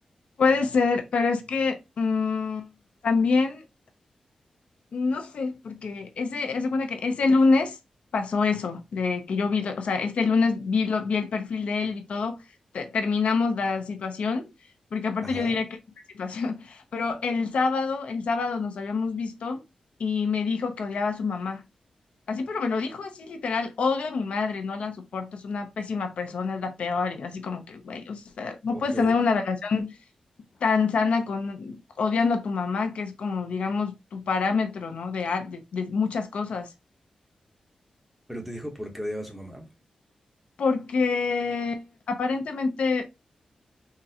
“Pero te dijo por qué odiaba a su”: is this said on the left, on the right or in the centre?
Centre